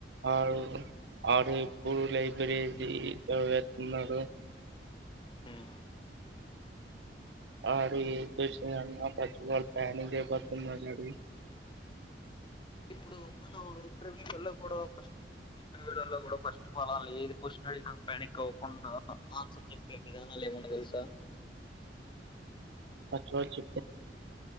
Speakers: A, on the right; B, on the left.
A: వాడు వాడు ఇప్పుడు లైబ్రరీది చదివిస్తున్నాడు
B: ఉమ్
A: వాడు ఈ <inaudible> ఏం అన్న పట్టించుకోడు ప్యానింగ్ చేయి పడుతుంది ఆ <inaudible>
B: ఇప్పుడు మనం ఇంటర్వ్యూలలో కూడా ఇంటర్వ్యూలలో కూడా ఫస్ట్ మనల్ని ఏది క్వశ్చన్ అడిగి ప్యానిక్ అవ్వకుండా ఆన్సర్ చెప్పే విధానాలు ఏమైనా తెలుసా
A: వచ్చు వచ్చు